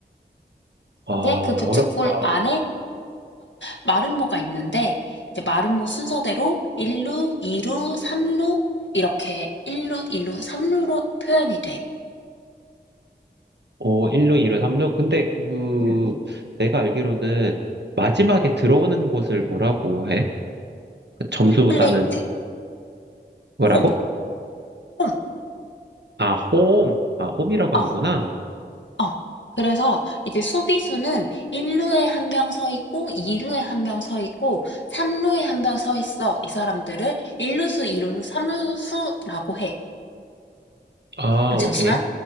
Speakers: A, on the right; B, on the left.
A: 아,
B: 이제 그 부채꼴
A: 어렵다.
B: 안에 마름모가 있는데 이제 마름모 순서대로 1루, 2루, 3루 이렇게 1루, 2루, 3루로 표현이 돼.
A: 어, 1루, 2루, 3루. 근데 그,
B: 음,
A: 내가 알기로는 마지막에 들어오는 곳을 뭐라고 해? 그 점수
B: 홈플레이트,
A: 따는 거라고?
B: 홈, 홈.
A: 아, 홈. 아, 홈이라고
B: 어
A: 하는구나.
B: 어. 그래서 이제 수비수는 1 루에 한 명 서 있고 2 루에 한 명 서 있고 3 루에 한 명 서 있어. 이 사람들을 1 루수, 2 루수, 3 루수라고 해.
A: 아,
B: 어, 잠시만.
A: 오케이.